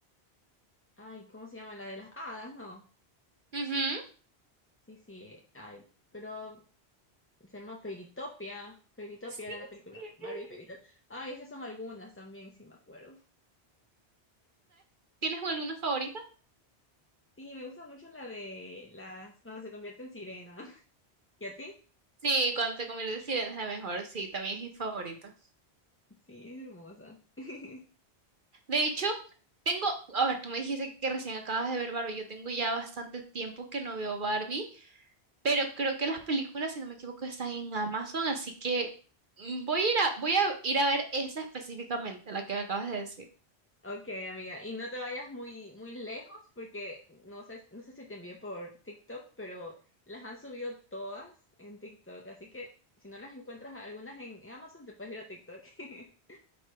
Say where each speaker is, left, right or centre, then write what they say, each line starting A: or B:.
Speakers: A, on the left; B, on the right.
A: Ay, ¿cómo se llama? La de las hadas, ¿no?
B: Ujú.
A: Sí, sí. Ay, pero se llama Fairytopia. Fairytopia
B: Sí,
A: era la película.
B: muy
A: Barbie
B: bien.
A: Fairytopia. Ay, esas son algunas también, sí me acuerdo.
B: ¿Tienes alguna favorita?
A: Sí, me gusta mucho la de las. Cuando se convierte en sirena. <laughs> ¿Y a ti?
B: Sí, cuando te conviertes en sirena es la mejor, sí, también es mi favorita.
A: Sí, es hermosa. <laughs>
B: De hecho, tengo, a ver, tú me dijiste que recién acabas de ver Barbie, yo tengo ya bastante tiempo que no veo Barbie, pero creo que las películas, si no me equivoco, están en Amazon, así que mm, voy a ir a, voy a ir a ver esa específicamente, la que me acabas de decir.
A: Ok, amiga, y no te vayas muy, muy lejos porque no sé, no sé si te envié por TikTok, pero las han subido todas en TikTok, así que si no las encuentras algunas en, en Amazon, te puedes ir a TikTok. <laughs>